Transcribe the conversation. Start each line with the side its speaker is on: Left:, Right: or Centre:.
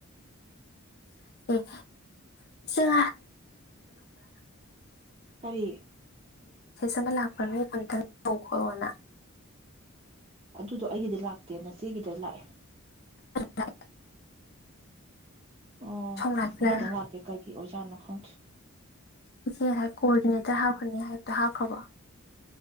Left: <unintelligible> <unintelligible> ꯃꯦꯁꯦꯖ
Right: ꯀꯔꯤ
Left: ꯑꯃ ꯂꯥꯛꯈ꯭ꯔꯅꯤ ꯑꯃꯨꯇꯪ ꯇꯧ ꯈꯣꯠꯂꯣꯅ
Right: ꯑꯗꯨꯗꯣ ꯑꯩꯒꯤꯗꯤ ꯂꯥꯛꯇꯦꯅ ꯁꯤꯒꯤꯗ ꯂꯥꯛꯑꯦ
Left: ꯑ
Right: ꯑꯣ
Left: ꯅꯥꯀꯟꯗ
Right: ꯑꯩꯗꯪ ꯂꯥꯛꯀꯦ ꯀꯩꯒꯤ ꯑꯣꯏꯖꯥꯠꯅꯣ ꯥꯎ
Left: ꯏꯆꯦ ꯉꯁꯥꯏ ꯀꯣꯑꯣꯔꯗꯤꯅꯦꯇꯔ ꯍꯥꯞꯄꯅꯤ ꯍꯥꯏꯕꯗꯣ ꯍꯥꯞꯈ꯭ꯔꯕꯣ